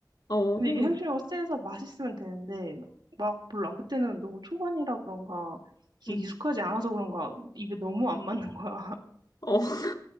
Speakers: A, on the left; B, on the right.
A: 어.
B: 근데 이게 향신료가 세서 맛있으면 되는데 막, 막 몰라. 그때는 너무 초반이라 그런가 이게
A: 응
B: 익숙하지 않아서 그런가 입에 너무 안 맞는 거야.
A: 어. <laughs>